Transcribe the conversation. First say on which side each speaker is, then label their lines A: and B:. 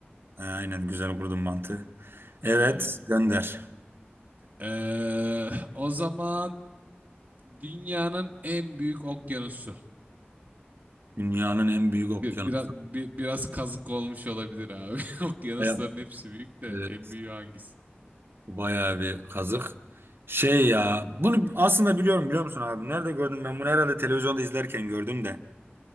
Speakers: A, on the right (about 65°); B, on the right (about 45°).
A: Aynen güzel kurdun mantığı. Evet
B: Hmm.
A: gönder.
B: Ee, o zaman Dünyanın en büyük okyanusu.
A: Dünyanın en büyük okyanusu.
B: Bir- biraz bir- biraz kazık olmuş olabilir abi. <laughs> Okyanusların
A: Baya-
B: hepsi büyük de
A: Evet,
B: en büyüğü hangisi?
A: bayağı bir kazık. Şey ya bunu aslında biliyorum biliyor musun abi? Nerede gördüm ben bunu herhalde televizyonda izlerken gördüm de.